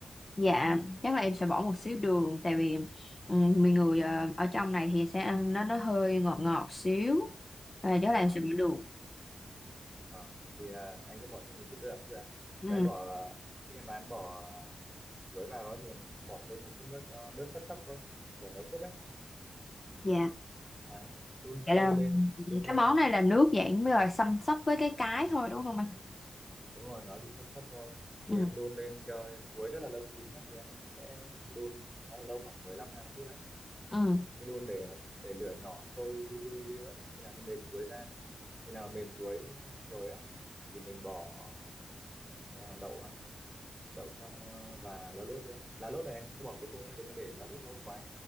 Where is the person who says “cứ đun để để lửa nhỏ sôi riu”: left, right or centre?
Centre